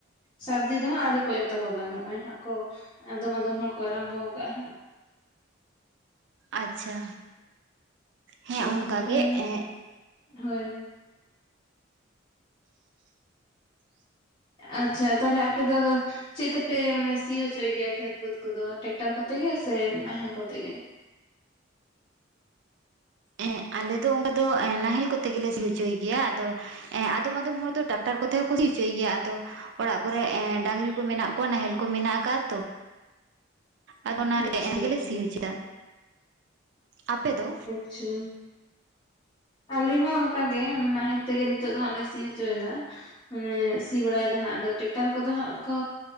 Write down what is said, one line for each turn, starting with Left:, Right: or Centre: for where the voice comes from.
Left: ᱥᱟᱨᱫᱤ ᱫᱚ ᱦᱟᱸᱜ ᱟᱣᱨᱤ ᱠᱚ ᱮᱛᱚᱦᱚᱵᱟ᱾ ᱱᱚᱜᱼᱚᱭ ᱦᱟᱸᱜ ᱠᱚ ᱟᱫᱚᱢ ᱟᱫᱚᱢ ᱦᱚᱲ ᱠᱚ ᱟᱨᱟᱢᱵᱚ ᱟᱠᱟᱜᱼᱟ ᱦᱟᱸᱜ᱾
Right: ᱟᱪᱪᱷᱟ᱾ ᱦᱮᱸ
Left: ᱟᱪᱪᱷᱟ
Right: ᱚᱱᱠᱟ
Left: ᱛᱟᱦᱞᱮ
Right: ᱜᱮ ᱮᱸ
Left: ᱦᱳᱭ
Right: <inaudible>
Left: ᱟᱪᱪᱷᱟ ᱛᱟᱦᱞᱮ ᱟᱯᱮ ᱫᱚ ᱟᱫᱚ ᱪᱮᱫ ᱛᱮᱯᱮ ᱢᱟᱱᱮ ᱥᱤ ᱦᱚᱪᱚᱭ ᱜᱮᱭᱟ ᱠᱷᱮᱛ ᱵᱟᱹᱫᱽ ᱠᱚᱫᱚ ᱴᱨᱟᱠᱴᱟᱨ ᱠᱚᱛᱮ ᱜᱮ ᱥᱮ ᱱᱟᱦᱮᱞ ᱠᱚᱛᱮ ᱜᱮ?
Right: ᱮᱸᱜ ᱟᱞᱮ ᱫᱚ ᱚᱸᱰᱮ ᱫᱚ ᱱᱟᱦᱮᱞ ᱠᱚᱛᱮ ᱜᱮᱞᱮ ᱥᱤ ᱦᱚᱪᱚᱭ ᱜᱮᱭᱟ ᱟᱫᱚ ᱮᱸ ᱟᱫᱚᱢ ᱟᱫᱚᱢ ᱦᱚᱲ ᱫᱚ ᱴᱟᱠᱴᱟᱨ ᱠᱚᱛᱮ ᱦᱚᱸᱠᱚ ᱥᱤ ᱦᱚᱪᱚᱭ ᱜᱮᱭᱟ᱾ ᱟᱫᱚ ᱚᱲᱟᱜ ᱠᱚᱨᱮ ᱮᱸ ᱰᱟᱝᱨᱤ ᱠᱚ ᱢᱮᱱᱟᱜ ᱠᱚᱣᱟ ᱱᱟᱦᱮᱞ ᱠᱚ ᱢᱮᱱᱟᱜ ᱟᱠᱟᱜᱼᱟᱛᱚ᱾ ᱟᱫᱚ ᱚᱱᱟᱨᱮᱻᱮ
Left: ᱟᱪᱪᱷᱟ ᱟᱪᱪᱷᱟ
Right: ᱜᱮᱞᱮ ᱥᱤ ᱦᱚᱪᱚᱭᱟ᱾ ᱟᱯᱮ ᱫᱚ?
Left: ᱪᱩᱧ ᱟᱞᱮ ᱦᱚᱸ ᱚᱱᱠᱟ ᱜᱮ ᱱᱟᱦᱮᱞ ᱛᱮᱜᱮ ᱱᱤᱛᱚᱜ ᱫᱚ ᱦᱟᱸᱜ ᱞᱮ ᱥᱤ ᱦᱚᱪᱚᱭᱫᱟ᱾ ᱢᱟᱱᱮ ᱥᱤ ᱵᱟᱲᱟᱭᱫᱟ ᱦᱟᱸᱜ ᱟᱫᱚ ᱴᱮᱠᱴᱟᱨ ᱠᱚᱫᱚ ᱦᱟᱸᱜ ᱠᱚ